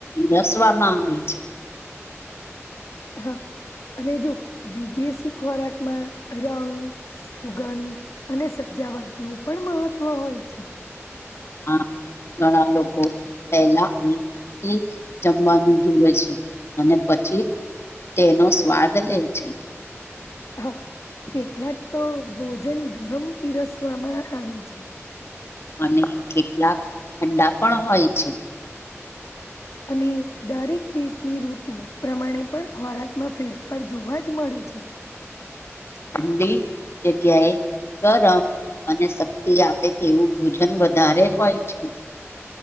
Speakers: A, on the left; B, on the left.
A: રસ વામાં આવે છે
B: હા અને જો વિદેશી ખોરાકમાં રંગ સુગંધ અને સજાવટ નું પણ મહત્વ હોય છે
A: આ ઘણા લોકો પહેલા હાથથી જમવાનું જુએ છે અને પછી તેનો સ્વાદ લેજે છે
B: હા કેટલાક તો ભોજન ગરમ પીરસવામાં આવે છે
A: અને કેટલાક ઠંડા પણ હોય છે
B: અને દરેક દેશની ઋતુ પ્રમાણે પણ ખોરાકમાં ફેરફાર જોવા જ મળે જી
A: ઠંડી જગ્યાએ ગરમ અને શક્તિ આપે તેવું ભોજન વધારે હોય છે